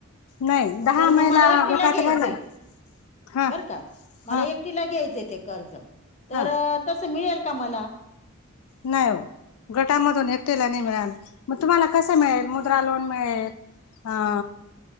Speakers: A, on the left; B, on the left.
A: नाही दहा
B: तर मग
A: महिला
B: मला एकटीला
A: गटात
B: घ्यायचंय
A: राहिलाय हा
B: बर का? मला
A: हा
B: एक एकटीला घ्यायचय ते कर्ज, तर
A: हा
B: तसं मिळेल का मला?
A: नाही ओ. गटामधून एकटीला नाही मिळाल मग तुम्हाला कसं मिळेल? मुद्रा लोन मिळेल. हा..